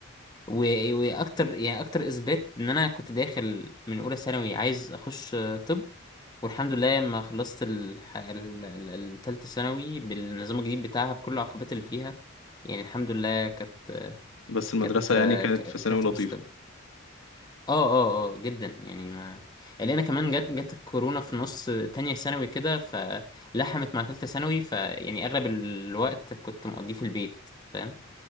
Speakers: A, on the left; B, on the left.
A: و- واكتر يعني اكتر اثبات ان انا كنت داخل من اولى ثانوي عايز اخش آه، طب والحمد لله لما خلصت الح- ال- ال- التالتة ثانوي بالنظام الجديد بتاعها بكل العقبات اللي فيها يعني الحمد لله كانت
B: بس المدرسة
A: كانت
B: يعني
A: آه،
B: كانت
A: ك-
B: في ثانوي
A: عرفت
B: لطيفة
A: اخش طب اه اه اه جدا يعني ما اللي انا كمان جت جت الكورونا في نص تانية ثانوي كده فلحمت مع تالتة ثانوي فيعني اغلب الوقت كنت مقضيه في البيت فاهم